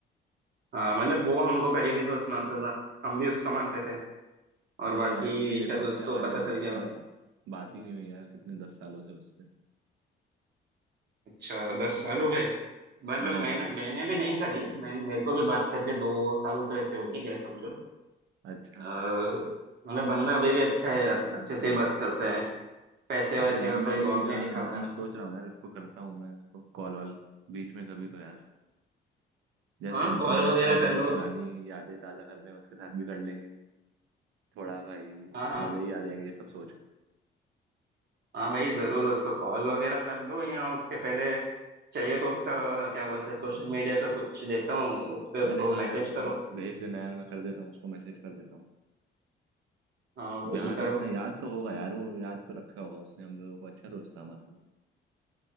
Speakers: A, on the right; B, on the right.
A: हाँ मतलब वो हमको करीबी दोस्त मानता था हम भी उसको मानते थे
B: वही
A: और बाकी
B: यार लेकिन देखो
A: शायद
B: अब
A: उसको
B: क्या हाल
A: पता
B: है
A: चल
B: अब
A: गया
B: तो यार
A: होगा
B: बात ही नहीं हुई यार कितने दस सालों से उससे
A: अच्छा दस साल हो गए मतलब
B: हाँ यार
A: मैंने मैंने भी नहीं करी मैं मेरे को भी बात करके दो साल तो ऐसे हो ही गए समझो
B: अच्छा
A: अ, मतलब बंदा अभी भी अच्छा है अच्छे से ही बात करता है पैसे वैसे
B: अरे यार
A: का
B: मैं
A: कोई
B: भी
A: रौब
B: हाँ
A: नहीं दिखाता
B: यार मैं सोच रहा हूँ यार इसको करता हूँ मैं इसको कॉल वॉल बीच में कभी तो यार जैसे
A: हाँ
B: अभी
A: कॉल
B: तुम्हारे
A: वगैरह
B: साथ
A: कर
B: भाई
A: लो
B: पुरानी यादें ताज़ा कर रहे हैं उसके साथ भी कर लेंगे थोड़ा भाई
A: हाँ हाँ
B: मज़े ही आ जाएंगे ये सब सोच के
A: हाँ भाई जरूर उसको कॉल वगैरह कर लो या उसके पहले चाहिए तो उसका क्या बोलते हैं सोशल मीडिया का कुछ देता हूँ उस पर उसको
B: अरे हाँ
A: मैसेज
B: यार तुम
A: करो
B: भेज देना यार मैं कर देता हूँ उसको मैसेज कर देता हूँ
A: हाँ वो
B: यहाँ
A: ही करो
B: तक हाँ याद तो होगा यार वो याद तो रखा होगा उसने हम लोगों को अच्छा दोस्त था हमारा वो